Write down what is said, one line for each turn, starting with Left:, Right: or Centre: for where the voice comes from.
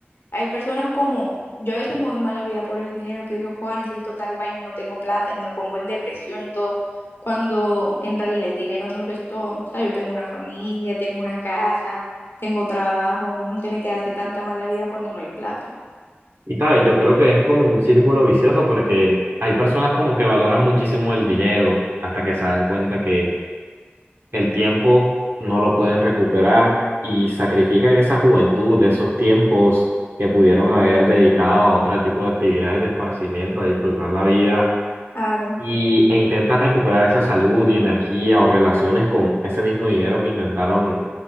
Left: Hay personas como, yo a veces me voy mala vida por el dinero que digo Juan, necesito tal vaina, no tengo plata y me pongo en depresión y todo, cuando en realidad el dinero no lo es todo. O sea, yo tengo una familia, tengo una casa, tengo trabajo, uno no tiene que darse tanta mala vida cuando no hay plata.
Right: Y sabes, yo creo que es como un círculo vicioso porque hay personas como que valoran muchísimo el dinero hasta que se dan cuenta que el tiempo no lo pueden recuperar y sacrifican esa juventud, de esos tiempos que pudieron haber dedicado a otro tipo de actividades de esparcimiento, a disfrutar la vida
Left: Claro.
Right: y, e intentan recuperar esa salud y energía o relaciones con ese mismo dinero que intentaron,